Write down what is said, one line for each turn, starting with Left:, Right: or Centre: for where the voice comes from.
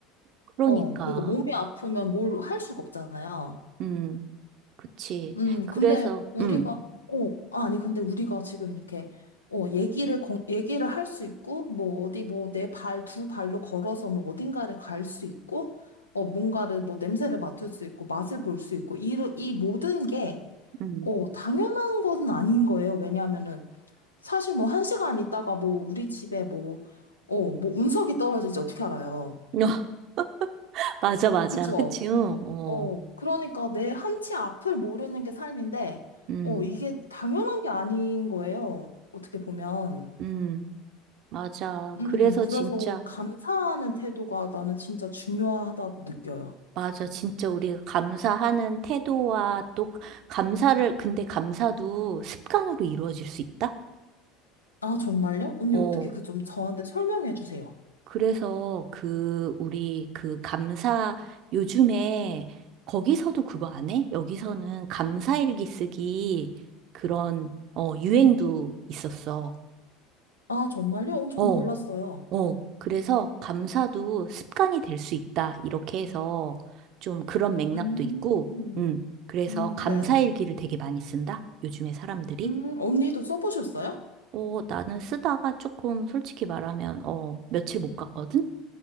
Right: 그러니까.
Left: 어, 그러니까 몸이 아프면 뭘 할 수가 없잖아요.
Right: 응, 그치.
Left: 음,
Right: 그래서,
Left: 근데 우리가,
Right: 응,
Left: 어, 아니, 근데 우리가 지금 이렇게, 어, 얘기를, 건- 얘기를 할 수 있고, 뭐, 어디, 뭐, 내 발, 두 발로 걸어서 뭐, 어딘가를 갈 수 있고, 어, 뭔가를, 뭐, 냄새를 맡을 수 있고, 맛을 볼 수 있고, 이, 이 모든 게,
Right: 응.
Left: 어, 당연한 건 아닌 거예요. 왜냐하면은, 사실 뭐, 한 시간 있다가 뭐, 우리 집에 뭐, 어, 뭐, 운석이 떨어질지 어떻게 알아요?
Right: <laughs> 맞아, 맞아.
Left: 그죠?
Right: 그치, 응, 어.
Left: 어, 그러니까 내 한치 앞을 모르는 게 삶인데,
Right: 응,
Left: 어, 이게 당연한 게 아닌 거예요. 어떻게 보면.
Right: 응. 맞아.
Left: 음,
Right: 그래서
Left: 그래서
Right: 진짜,
Left: 감사하는 태도가 나는 진짜 중요하다고 느껴요.
Right: 맞아. 진짜 우리가 감사하는 태도와 또 감사를, 근데 감사도 습관으로 이루어질 수 있다?
Left: 아, 정말요? 언니,
Right: 어.
Left: 어떻게 그 좀 저한테 설명해 주세요.
Right: 그래서 그 우리 그 감사 요즘에 거기서도 그거 안 해? 여기서는 감사일기 쓰기 그런 어 유행도 있었어.
Left: 아, 정말요? 어, 전
Right: 어,
Left: 몰랐어요.
Right: 어. 그래서 감사도 습관이 될 수 있다. 이렇게 해서 좀 그런 맥락도
Left: 음,
Right: 있고. 음. 그래서
Left: 음,
Right: 감사일기를
Left: 네.
Right: 되게 많이 쓴다. 요즘에 사람들이.
Left: 음, 언니도 써보셨어요?
Right: 어, 나는 쓰다가 조금 솔직히 말하면 어, 며칠 못 갔거든?